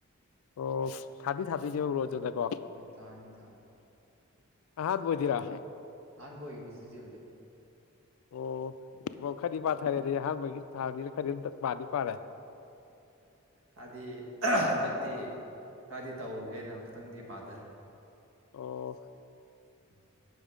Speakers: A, on the left (about 75°); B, on the right (about 65°).
A: ꯑꯣ ꯊꯥꯗꯤ ꯊꯥꯗꯣꯏꯅꯦꯕ ꯕ꯭ꯔꯣ ꯗꯀꯣ
B: ꯍꯣꯏ ꯊꯥ ꯑꯅꯤ ꯊꯥ ꯑꯅꯤ
A: ꯑꯍꯥꯟꯕ ꯑꯣꯏꯗꯣꯏꯔꯣ
B: ꯑꯍꯥꯟꯕ ꯑꯣꯏꯒꯅꯤ ꯁꯤ ꯖꯦꯜꯗꯤ
A: ꯑꯣ ꯑꯣ ꯈꯗꯤ ꯄꯥꯊꯔꯦ ꯑꯗꯤ ꯑꯍꯥꯟꯕꯒꯤ ꯊꯥꯅꯤꯅ ꯈꯗꯤ ꯑꯝ ꯄꯥꯗꯤ ꯄꯥꯔꯦ
B: ꯍꯥꯏꯗꯤ ꯍꯟꯗꯛꯇꯤ ꯈꯔꯗꯤ ꯇꯧꯒꯦꯅ ꯈꯤꯇꯪꯗꯤ ꯄꯥꯗꯔꯦ
A: ꯑꯣ
B: ꯎꯝ